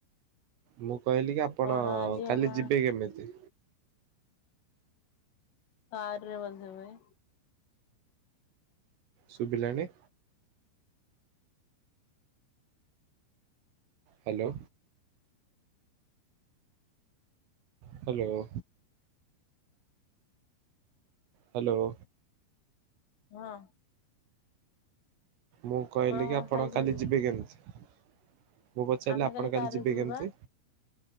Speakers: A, on the right; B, on the left.
A: ମୁଁ କହିଲି କି ଆପଣ
B: କଣ ଆଜି
A: କାଲି
B: ଆପଣ
A: ଯିବେ କେମିତି?
B: କାର ରେ <unintelligible>
A: ଶୁଭିଲାନି। ହ୍ୟାଲୋ। ହ୍ୟାଲୋ। ହ୍ୟାଲୋ।
B: ହଁ।
A: ମୁଁ କହିଲି
B: କଣ
A: କି ଆପଣ
B: ଖାଇଛନ୍ତି
A: କାଲି ଯିବେ କେମିତି? ମୁଁ ପଚାରିଲି
B: ଆମେ
A: ଆପଣ କାଲି
B: କାରରେ
A: ଯିବେ
B: ଯିବୁ
A: କେମିତି?
B: ବା